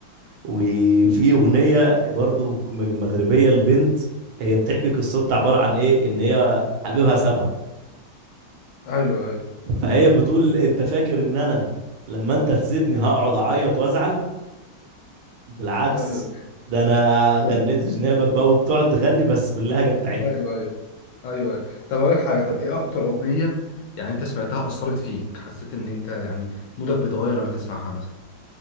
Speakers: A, on the right; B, on the left.
A: وفي اغنيه برضو مغ- مغربيه لبنت هي بتحكي قصتها عباره عن ايه ان هي حبيبها سابها
B: ايوه ايوه
A: فهي بتقول انت فاكر ان انا لما انت تسيبني هقعد اعيط وازعل بالعكس
B: ايوه
A: ده انا غنيت
B: <laughs>
A: جنابك بقى وبتقعد تغني بس باللهجه بتاعتها
B: ايوه ايوه ايوه طب اقول لك حاجه طب ايه اكتر اغنيه يعني انت سمعتها اثرت فيك حسيت ان انت يعني مودك بيتغير لما تسمعها مثلا